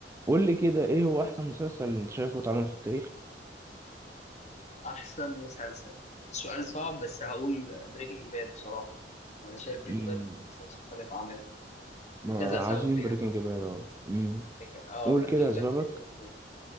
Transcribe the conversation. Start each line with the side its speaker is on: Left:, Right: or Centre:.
Right: قول لي كده ايه هو احسن مسلسل انت شايفه اتعمل في التاريخ
Left: احسن مسلسل سؤال صعب بس هقول بريكنج باد بصراحه انا شايف بريكنج
Right: مم.
Left: باد احسن مسلسل اتعمل لكذا
Right: آه،
Left: سبب
Right: عظيم
Left: يعني
Right: بريكنج باد اه مم.
Left: لك- اه
Right: قول
Left: يعني
Right: كده
Left: بجد
Right: اسبابك
Left: كذا سبب